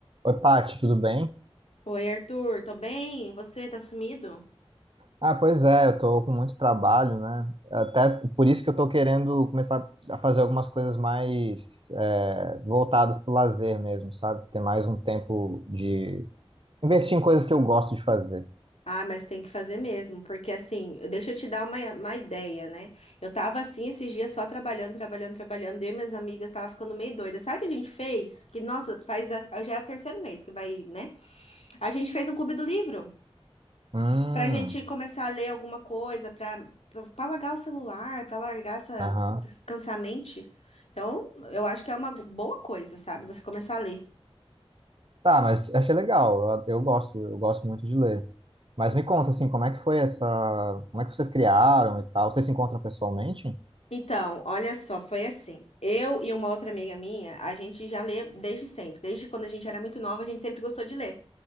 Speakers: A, on the right; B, on the left.
A: Oi, Paty, tudo bem?
B: Oi, Arthur, tô bem? Você tá sumido?
A: Ah, pois é, eu tô com muito trabalho, né? Até por isso que eu tô querendo começar a fazer algumas coisas mais é, voltadas pro lazer mesmo, sabe? Ter mais um tempo de investir em coisas que eu gosto de fazer.
B: Ah, mas tem que fazer mesmo, porque assim, deixa eu te dar uma, uma ideia, né? Eu tava assim esses dias só trabalhando, trabalhando, trabalhando, eu e minhas amigas tava ficando meio doida. Sabe o que a gente fez? Que, nossa, faz a- já é o terceiro mês que vai, né? A gente fez um clube do livro
A: Hum,
B: pra gente começar a ler alguma coisa, pra, pra, pra largar o celular, pra largar essa,
A: aham.
B: descansar a mente. Então, eu acho que é uma boa coisa, sabe? Você começar a ler.
A: Tá, mas achei legal. Eu, eu gosto, eu gosto muito de ler. Mas me conta, assim, como é que foi essa... Como é que vocês criaram e tal? Vocês se encontram pessoalmente?
B: Então, olha só, foi assim. Eu e uma outra amiga minha, a gente já lê desde sempre. Desde quando a gente era muito nova, a gente sempre gostou de ler.